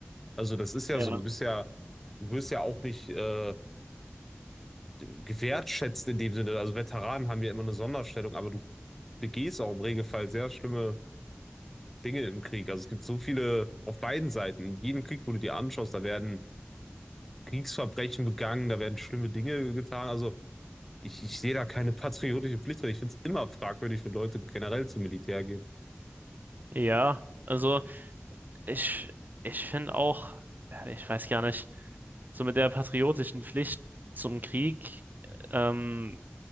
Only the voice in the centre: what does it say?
Also das ist ja
so, du bist ja, du wirst ja auch nicht äh, gewertschätzt in dem Sinne. Also Veteranen haben ja immer eine Sonderstellung, aber du begehst auch im Regelfall sehr schlimme Dinge im Krieg. Also es gibt so viele auf beiden Seiten. In jedem Krieg, wo du dir anschaust, da werden Kriegsverbrechen begangen, da werden schlimme Dinge getan. Also ich, ich sehe da keine patriotische Pflicht drin. Ich finde es immer fragwürdig, wenn Leute generell zum Militär gehen.